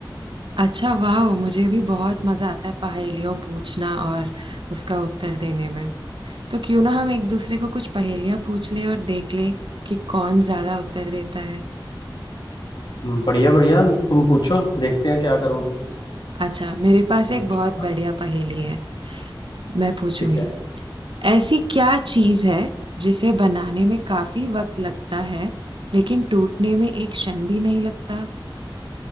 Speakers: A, on the right (about 70°); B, on the left (about 60°).
A: अच्छा वाह मुझे भी बहुत मजा आता है पहेलियों पूछना और उसका उत्तर देने में तो क्यों ना हम एक दूसरे को कुछ पहेलियां पूछ ले और देख ले कि कौन ज्यादा उत्तर देता है
B: हम्म, बढ़िया बढ़िया तुम पूछो देखते हैं क्या करोगी
A: अच्छा मेरे पास
B: पूछो
A: एक बहुत
B: हाँ,
A: बढ़िया पहेली है मैं पूछूंगी
B: ठीक है
A: ऐसी क्या चीज है जिसे बनाने में काफी वक्त लगता है लेकिन टूटने में एक क्षण भी नहीं लगता